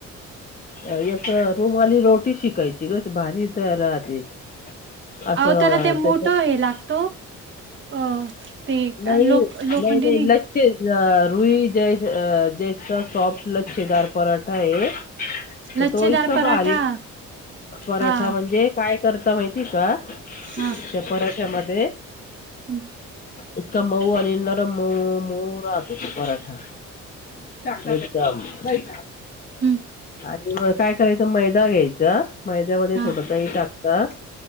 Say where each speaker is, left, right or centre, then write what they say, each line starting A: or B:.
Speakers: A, on the left; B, on the right.
A: अ रुमाली रोटी शिकायची ग भारी तर राहते असं
B: अह त्याला ते मोठं
A: त्याच्या
B: हे लागतो अ ते
A: नाही
B: लोक लोखंडी
A: नाही नाही लचचे रुई अ जैस सॉफ्ट लच्छेदार परराठा है तर
B: लच्छेदार
A: तो इतका
B: पराठा
A: भारीक पराठा
B: हा
A: म्हणजे काय करता माहि ठी का त्या
B: हा
A: पराठ्यामध्ये
B: हम्म
A: इतका मऊ आणि नरम मऊ मऊ राहत त पराठा च
B: हम्
A: काय करायचं मैदा घ्यायचा मैद्यामध्ये
B: हा
A: थोडंसही टाकतात